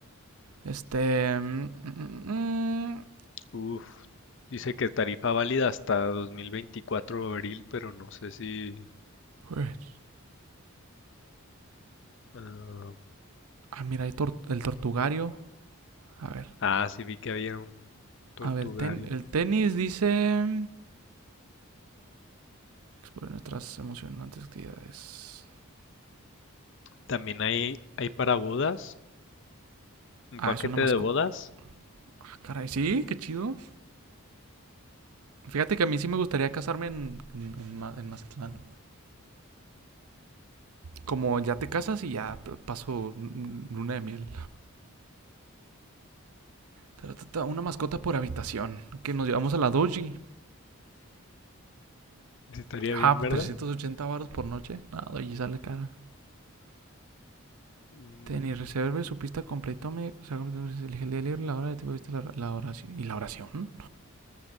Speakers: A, on the right (about 80°); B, on the left (about 55°).
A: Este... mm, mm, mm,
B: uff. Dice que tarifa válida hasta 2024 abril, pero no sé si...
A: pues,
B: ah,
A: ah, mira, hay tor- el tortugario. A ver.
B: ah, sí vi que había un tortugario.
A: A ver, ten- el tenis dice... Explore nuestras emocionantes actividades.
B: También hay, hay para bodas, un
A: Ah,
B: paquete
A: es una mascota.
B: de bodas.
A: Ah, caray, sí, qué chido. Fíjate que a mí sí me gustaría casarme en, en, en Ma- en Mazatlán. Como ya te casas y ya p- paso mm, luna de miel. Ta, ta, ta, Una mascota por habitación. Que nos llevamos a la doji.
B: Sí, Estaría
A: Ah,
B: bien,
A: pues,
B: ¿verdad?
A: 380 varos por noche. No, doji sale cara.
B: Mm,
A: Tenis, reserve su pista completo. Me, o sea, elige el día libre, la hora de tipo, viste la, la oración. ¿Y la oración?